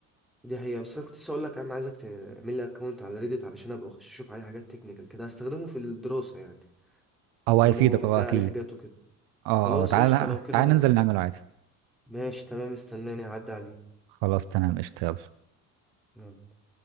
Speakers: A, in the centre; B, on the right.
A: دي حقيقة بس انا كنت لسه اقول لك انا عايزك تعمل لي اكونت على ريديت علشان ابقى اخش اشوف عليه حاجات تكنيكال كده هستخدمه في الدراسة يعني
B: او
A: طالما
B: هيفيدك
A: هو بتلاقي
B: اه اكيد
A: عليه حاجات وكده
B: اه
A: خلاص
B: اه تعالى
A: قشطة لو كده
B: تعالى ننزل نعمله عادي
A: ماشي تمام استناني اعدي عليه
B: خلاص تمام قشطه يلا
A: يلا